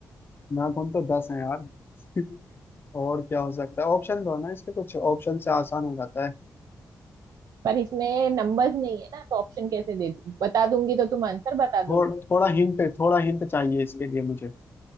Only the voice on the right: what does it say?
पर इसमें नंबर्स नहीं है ना तो ऑप्शन कैसे दे दूँ बता दूंगी तो तुम आंसर बता
दोगे